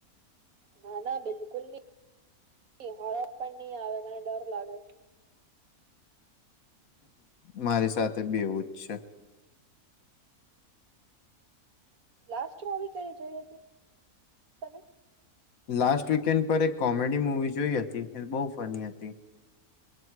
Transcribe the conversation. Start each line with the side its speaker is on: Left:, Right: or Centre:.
Right: ના ના બિલકુલ નહી હોરર પણ નહી આવે મને ડર લાગે
Left: મારી સાથે બી એવું જ છે
Right: લાસ્ટ મૂવી કઇ જોઈ હતી તમે
Left: લાસ્ટ વીકેન્ડ પર એક કોમેડી મવી જોઈ હતી એ બહુ ફની હતી